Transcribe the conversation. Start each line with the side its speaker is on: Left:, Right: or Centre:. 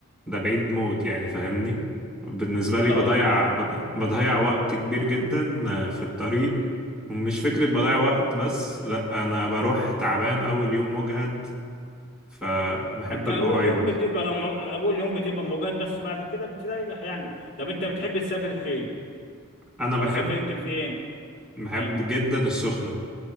Centre: ده بعيد موت يعني فاهمني بالنسبة
Left: اه
Centre: لي بضيع بض- بضيع وقت كبير جدا آه، في الطريق ومش فكرة بضيع وقت بس لأ أنا بروح تعبان أول يوم مجهد فبحب
Left: ما انت
Centre: القريب
Left: اول يوم
Centre: أكتر.
Left: بتبقى م... اول يوم بتبقى مجهد بس بعد كده بتريح يعني طب انت بتحب تسافر فين
Centre: أنا بحب
Left: او سافرت فين
Centre: بحب
Left: ها
Centre: جدا السخنة